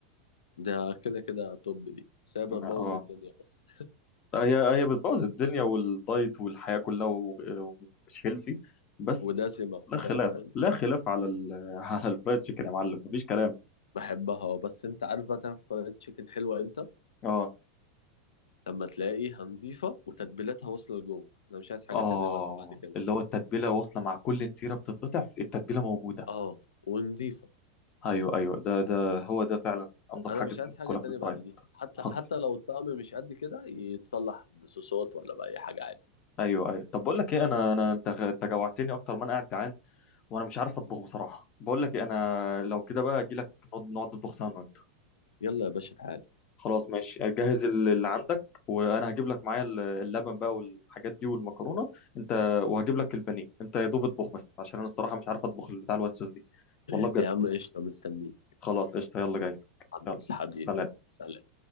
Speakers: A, on the left; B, on the left.
A: ده كده كده توب دي سابع
B: أنا
A: بوظ
B: أه
A: الدنيا بس
B: هي هي بتبوظ الدنيا والدايت والحياة كلها و- ومش هيلثي بس
A: ودسمه وبتاع
B: لا خلاف
A: فاهم
B: لا خلاف على ال <laughs> على الفرايد تشيكن يا معلم مفيش كلام
A: بحبها بس انت عارف بقى تعرف فرايد تشيكن حلوه امتى
B: أه
A: لما تلاقيها نظيفة وتتبيلاتها واصلة لجوه انا مش عايز حاجة
B: آه
A: تانية بقى بعد كده
B: اللي هو التتبيلة واصلة مع كل نسيرة بتتقطع التتبيلة موجودة
A: اه ونضيفة
B: أيوه أيوه ده ده هو ده فعلا أنضف
A: انا
B: حاجة
A: مش عايز حاجة
B: تاكلها
A: تانية
B: في الفرايد
A: بعد دي حتى
B: حصل
A: حتى لو الطعم مش قد كده يتصلح بصوصات ولا بأي حاجة عادي
B: ايوه ايوه طب بقول لك ايه انا انا انت انت جوعتني اكتر ما انا قاعد جعان وانا مش عارف اطبخ بصراحه بقول لك ايه انا لو كده بقى اجي لك نقعد نقعد نطبخ سوا انا وانت
A: يلا يا باشا تعالى
B: خلاص ماشي جهز ال- اللي عندك وانا هجيب لك معايا ال- اللبن بقى والحاجات دي والمكرونه انت وهجيب لك البانيه انت يا دوب اطبخ بس عشان انا الصراحه مش عارف اطبخ بتاع الوايت صوص دي
A: <laughs>
B: والله بجد
A: يا عم قشطة مستنيك
B: خلاص قشطه يلا جاي
A: عند
B: يلا
A: أصحابي
B: سلام
A: سلام